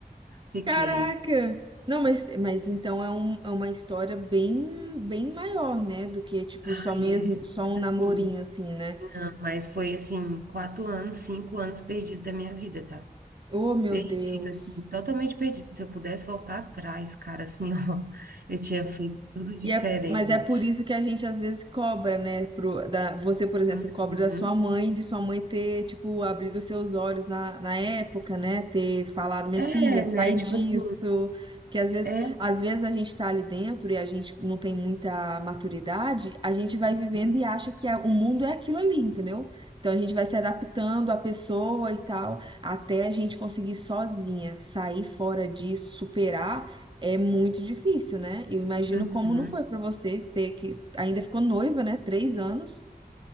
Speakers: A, on the right (about 75°); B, on the right (about 30°).
A: Fiquei.
B: Caraca! Não, mas, mas então é, um- é uma história bem, bem maior, né? Do que, tipo,
A: Ai,
B: só mesmo,
A: é.
B: só um
A: Mas,
B: namorinho,
A: assim,
B: assim, né?
A: não, mas foi, assim, quatro anos, cinco anos perdido da minha vida, tá?
B: Oh, meu
A: Perdido,
B: Deus!
A: assim, totalmente perdido. Se eu pudesse voltar atrás, cara, assim, ó, <laughs> eu tinha feito tudo diferente.
B: E é, mas é por isso que a gente às vezes cobra, né? Pro, da, você, por exemplo,
A: Uhum.
B: cobra da sua mãe, de sua mãe ter, tipo, abrido os seus olhos na, na época, né? Ter falado, minha
A: É,
B: filha, sai
A: né?
B: disso.
A: Tipo assim,
B: Porque às vezes,
A: é.
B: às vezes a gente tá ali dentro e a gente não tem muita maturidade, a gente vai vivendo
A: Uhum.
B: e acha que a- o mundo é aquilo ali, entendeu? Então a gente vai se adaptando à pessoa e tal, até a gente conseguir sozinha sair fora disso, superar é muito difícil, né? Eu imagino
A: Uhum.
B: como não foi pra você ter que. Ainda ficou noiva, né? Três anos.